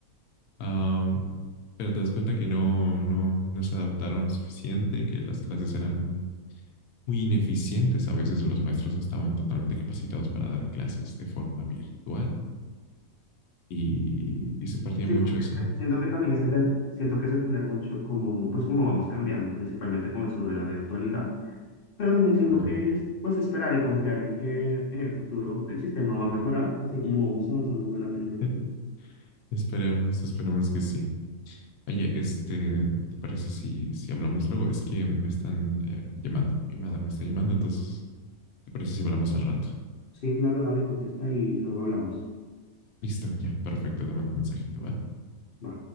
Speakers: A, on the left; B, on the left.
A: Am, pero te das cuenta que no, no, no se adaptaron lo suficiente, que las clases eran muy ineficientes. A veces los maestros no estaban totalmente capacitados para dar clases de forma virtual y, y se perdía
B: Sí,
A: mucho
B: porque
A: eso.
B: es que siento que también es entender, siento que es entender mucho cómo, pues cómo vamos cambiando, principalmente con eso de la virtualidad, pero también siento
A: ¿no?
B: que es pues esperar y confiar en que en el futuro el sistema va a mejorar, así como vamos avanzando con la tecnología.
A: <laughs> Esperemos, esperemos que sí. Oye, este, ¿te parece si, si hablamos luego? Es que me están eh, llamando, mi madre me está llamando, entonces, ¿te parece si hablamos al rato?
B: Sí, claro, dale, contesta y luego hablamos.
A: Listo, ya, perfecto, te mando un mensajito, ¿va?
B: Va.